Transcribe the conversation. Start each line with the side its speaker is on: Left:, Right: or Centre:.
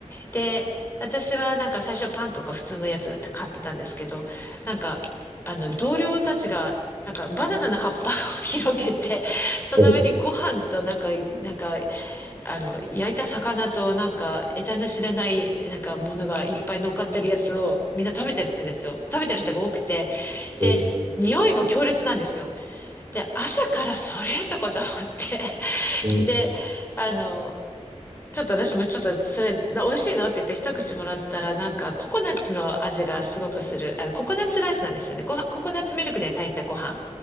Left: で、私はなんか最初パンとか普通のやつ買ってたんですけど、なんか、あの、同僚たちが、なんかバナナの葉っぱを <laughs> 広げて、その上にご飯となんか、
Right: ええ、
Left: なんか、あの、焼いた魚となんか、得体の知れない、なんかものがいっぱい乗っかってるやつをみんな食べてるんですよ。食べてる人が多くて。で、
Right: うん、
Left: 匂いも強烈なんですよ。で、朝からそれとかと思って。<laughs>
Right: うん、
Left: で、あの、ちょっと私もちょっとそれ、な美味しいのって言って一口もらったら、なんかココナッツの味がすごくする。あ、ココナッツライスなんですよね。ご飯、ココナッツミルクで炊いたご飯。